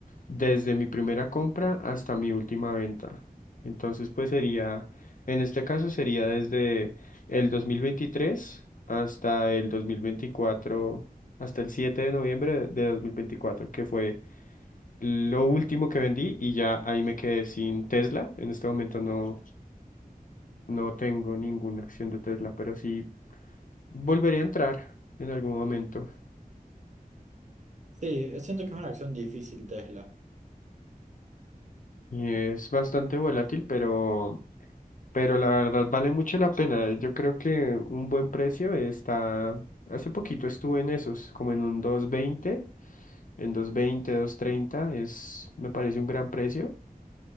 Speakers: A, on the left; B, on the right.
A: desde mi primera compra hasta mi última venta. Entonces, pues sería, en este caso sería desde el 2023 hasta el 2024, hasta el 7 de noviembre de 2024, que fue lo último que vendí y ya ahí me quedé sin Tesla. En este momento no, no tengo ninguna acción de Tesla, pero sí volveré a entrar en algún momento.
B: Sí, eh, siento que es una acción difícil Tesla.
A: Y es bastante volátil, pero, pero la verdad vale mucho la pena. Yo creo que un buen precio está... Hace poquito estuve en esos, como en un dos veinte en dos veinte dos treinta es, me parece un gran precio,